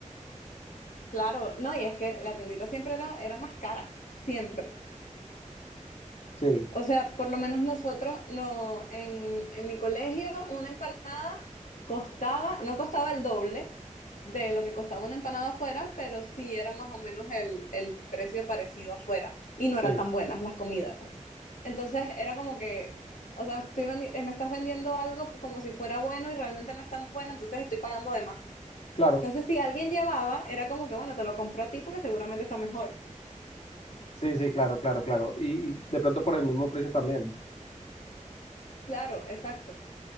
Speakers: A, on the left; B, on the left.
A: claro, no, y es que la tendita siempre era, era más cara, siempre.
B: Sí,
A: O sea, por lo menos nosotros, no, en, en mi colegio una empanada costaba, no costaba el doble de lo que costaba una empanada afuera, pero sí era más o menos el, el precio parecido afuera y no
B: sí,
A: eran tan buenas las comidas. Entonces era como que, o sea, estoy vendi- eh, me estás vendiendo algo como si fuera bueno y realmente no es tan bueno, entonces estoy pagando de más.
B: claro.
A: Entonces si alguien llevaba, era como que, bueno, te lo compro a ti porque seguramente está mejor.
B: Sí, sí, claro, claro, claro. Y, y de pronto por el mismo precio también.
A: Claro, exacto.